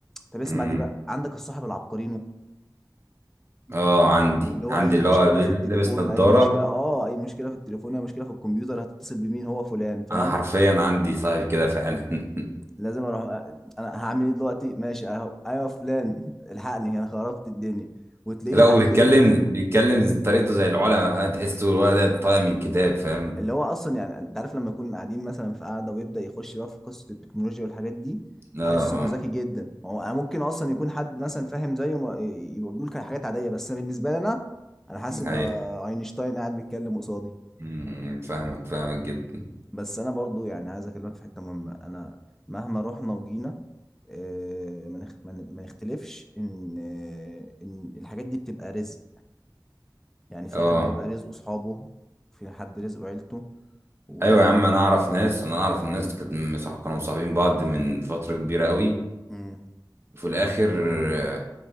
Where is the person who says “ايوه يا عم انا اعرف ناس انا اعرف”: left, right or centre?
Right